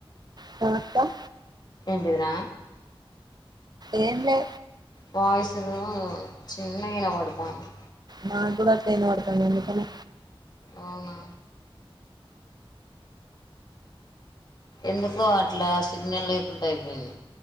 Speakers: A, on the right; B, on the left.
A: తాత
B: ఏంటిదిరా
A: ఏం లే
B: వాయిసు చిన్నగ ఇనపడతాంది.
A: నా కూడా అట్లే వినపుడతాంది నికనే
B: అవునా ఎందుకో అట్లా సిగ్నల్ లేకుండ అయిపోయింది.